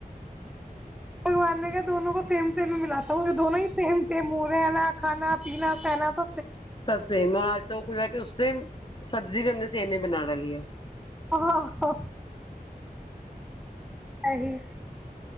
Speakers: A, in the centre; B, on the left.
A: بھگوان نے کہ دونوں کو سیم سیل میں ملاتا ہوں یہ دونوں ہی سیم منہنا کھانا پیا پا آپ
B: سب سے آج تو خا کہ سبزی بھی اننی سیم ہی بنا والی ہے
A: ہ نہیں